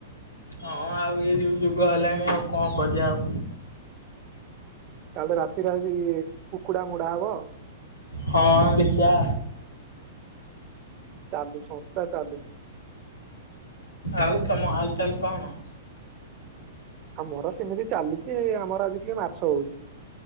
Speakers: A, on the left; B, on the right.
A: ହଁ ଆଉ ଇଏ ଯୋଉ ଯୁଗ ହେଲାଣି, ଆଉ କଣ କରିଆ ଆଉ।
B: ତା ହେଲେ ତ ରାତିରେ ଆଜି, କୁକୁଡା ମୋଡା ହବ।
A: ହଁ, ଦେଖିଆ।
B: ଚାଲୁ ସଂସ୍ଥା ଚାଲୁ।
A: ଆଉ ତମ ହାଲ୍ ଚାଲ୍ କଣ?
B: ଆମର ସେମିତି ଚାଲିଚି, ଆମର ଆଜି ଟିକେ ମାଛ ହଉଛି।